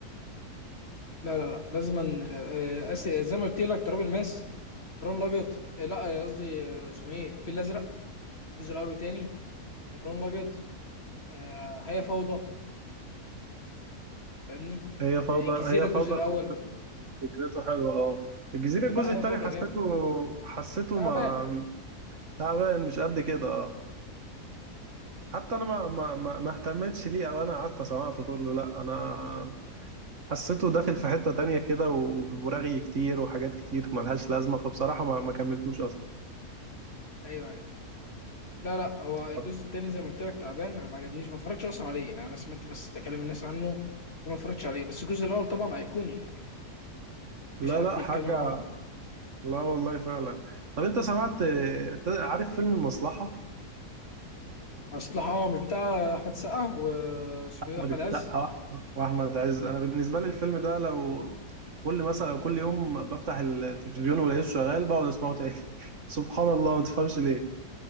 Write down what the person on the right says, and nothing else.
هي فوضى
هي
فوضى
ك- فكرته حلوة اه الجزيرة الجزء
التاني
حسيته
حسيته
ما تعبان مش قد كده اه حتى انا ما ما ما ما اهتمتش ليه او انا قعدت سمعته كله لا انا حسيته داخل في حتة تانية كده و- ورغي كتير وحاجات كتير ملهاش لازمة فبصراحة ما, ما كملتوش أصلا
طب
لا
لا
حاجة
لا والله فعلا طب أنت سمعت ت- عارف فيلم المصلحة
أحمد
السقا
وأحمد وأحمد عز أنا بالنسبة لي الفيلم ده لو كل مثلا كل يوم بفتح التلفزيون ولاقيه شغال بقعد أسمعه تاني <laughs> سبحان الله ما تفهمش ليه